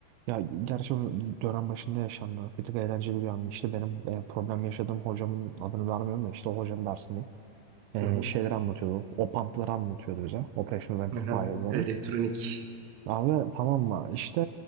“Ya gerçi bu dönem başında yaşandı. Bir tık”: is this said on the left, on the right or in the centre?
Right